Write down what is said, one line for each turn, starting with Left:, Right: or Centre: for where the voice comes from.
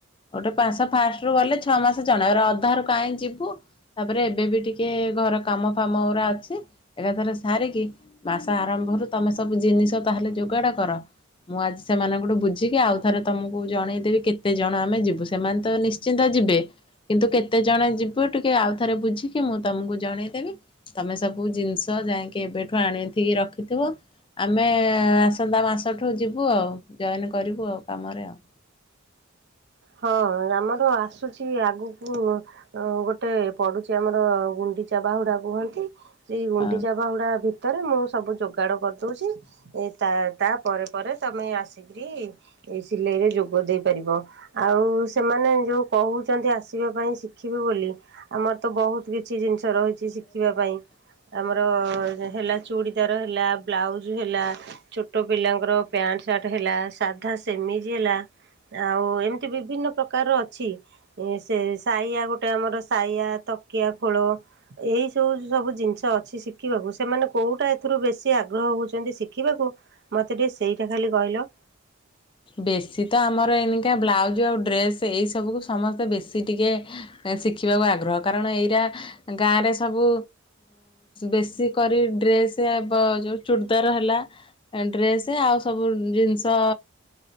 Left: ଗୋଟେ ପାସ ଫାଷ୍ଟ ରୁ ଗଲେ ଛଅ ମାସ ଜଣେଇ ଅଧ ରୁ କାହିଁଁ ଯିବୁ ତାପରେ ଏବେ ବି ଟିକେ ଘର କାମ ଫାମ ଏଗୁରା ଅଛି ଏକାଥର ସାରିକି ମାସ ଆରମ୍ଭରୁ ତମେ ସବୁ ଜିନିଷ ତାହେଲେ ଯୋଗାଡ କର। ମୁଁ ଆଜି ସେମାନଙ୍କଠୁ ବୁଝିକି ଆଉ ଥରେ ତମକୁ ଜଣେଇଦେବି କେତେ ଜଣ ଆମେ ଯିବୁ ସେମାନେ ତ ନିଶ୍ଚିନ୍ତ ଯିବେ କିନ୍ତୁ କେତେ ଜଣ ଯିବୁ ଟିକେ ଆଉ ଥରେ ବୁଝିକି ମୁଁ ତମକୁ ଜଣେଇଦେବି ତମେ ସବୁ ଜିନିଷ ଯାଇକି ଏବେଠୁ ଆଣିଥିକି ରଖିଥିବ ଆମେ ଆସନ୍ତା ମାସଠୁ। ଠୁ ଯିବୁ ଆଉ ଜଏନ କରିବୁ ଆଉ କାମରେ ଆଉ।
Right: ହଁ ଆମର ଆସୁଛି ଆଗକୁ ଗୋଟେ ପଡୁଛି ଆମର ଗୁଣ୍ଡିଚା ବାହୁଡା କୁହନ୍ତି। ସେଇ ଗୁଣ୍ଡିଚା
Left: ହଁ।
Right: ବାହୁଡ଼ା ଭିତ ଭିତରେ ମୁଁ ସବୁ ଯୋଗାଡ କରିଦଉଛି ଏ ତା ତା ପରେ ପରେ ତମେ ଆସିକରି ଏ ସିଲେଇ ରେ ଯୋଗ ଦେଇପାରିବ। ଆଉ ସେମାନେ ଯୋଉ କହୁଛନ୍ତି ଆସିବା ପାଇଁ ଶିଖିବେ ବୋଲି ଆମର ତ ବହୁତ କିଛି ଜିନିଷ ରହିଛି ଶିଖିବା ପାଇଁ ଆମର ହେଲା ଚୁଡ଼ିଦାର ହେଲା ବ୍ଲାଉଜ୍ ହେଲା ଛୋଟ ପିଲାଙ୍କର ପ୍ୟାଣ୍ଟ ସାର୍ଟ ହେଲା ସାଧା ସେମିଜ ହେଲା ଆଉ ଏମ ବିଭିନ୍ନ ପ୍ରକାରର ଅଛି ସେ ସାୟା ଗୋଟେ ଆମର ସାଇଆା ତକିଆ ଖୋଳ ଏଇ ସବୁ ସବୁ ଜିନିଷ ଅଛି ଶିଖିବାକୁ ସେମାନେ କୋଉଟା ଏଥିରୁ ବେଶି ଆଗ୍ରହ ହଉଛନ୍ତି ଶିଖିବାକୁ ମତେ ଟିକେ ସେଇଟା ଖାଲି କହିଲ।
Left: ବେଶୀ ତ ଆମର ଏନକା ବ୍ଲାଉଜ ଆଉ ଡ୍ରେସ ଏଇ ସବୁକୁ ସମସ୍ତେ ବେଶୀ ଟିକେ ଶିଖିବାକୁ ଆଗ୍ରହ କାରଣ ଏଇଟା ଗାଁରେ ସବୁ ବେଶୀ କରି ଡ୍ରେସ ଯେଉ ଚୁଡ଼ଦାର ହେଲା ଡ୍ରେସ ଆଉ ସବୁ ଜିନିଷ